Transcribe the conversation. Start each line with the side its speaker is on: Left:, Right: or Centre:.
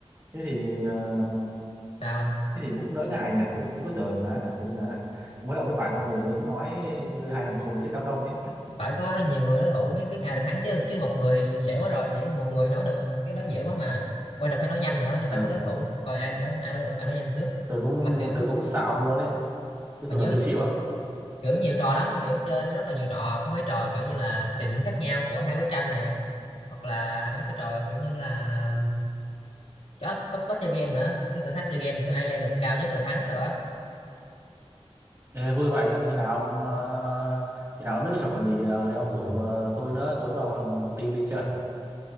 Right: thế thì ờ,
Left: sao không
Right: thế thì cũng đỡ ngại nhỉ tôi tôi cứ tưởng là hả kiểu như là mấy ông với bạn ông rồi đứng nói như hai thằng khùng trước đám đông chứ
Left: phải có nhiều người đối thủ mới biết ai là thắng chứ chứ một người thì dễ quá rồi dễ một người nói được mà, cái đó dễ quá mà quan trọng phải nói nhanh nữa nó
Right: ờ
Left: phải có đối thủ coi ai đến ai nói được ai nói nhanh trước
Right: tôi cũng
Left: mà kiểu
Right: tôi cũng xạo luôn đấy chứ
Left: mà
Right: tôi
Left: nhớ
Right: là tôi chịu á
Left: kiểu nhiều trò lắm kiểu chơi rất là nhiều trò có mấy trò kiểu như là tìm điểm khác nhau của hai bức tranh này hoặc là mấy cái trò kiểu như là đó, có có chơi game nữa cái thử thách chơi game kiểu ai leo được cao nhất là thắng rồi đó
Right: Ê, vui vậy khi nào ông ờ, khi nào ông biết cái trò gì thì, ờ, thì ông rủ ờ, tôi nữa tôi vào làm một team đi chơi